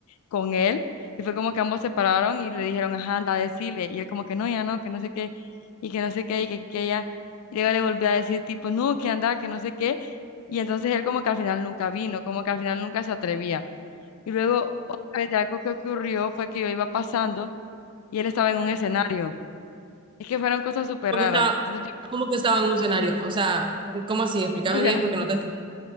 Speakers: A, on the left; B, on the right.
A: con él y fue como que ambos se pararon y le dijeron, ajá, anda a decirle. Y él como que no, ya no, que no sé qué, y que no sé qué, y que aquí, que allá. Y luego le volví a decir tipo, no, que anda, que no sé qué. Y entonces él como que al final nunca vino, como que al final nunca se atrevía. Y luego otra vez algo que ocurrió fue que yo iba pasando y él estaba en un escenario. Es que fueron cosas súper
B: ¿Cómo
A: raras.
B: que estaba,
A: Entonces
B: cómo que estaba
A: yo,
B: en un escenario? O sea, ¿cómo así? Explícame
A: <laughs> o sea,
B: bien porque no te entendí.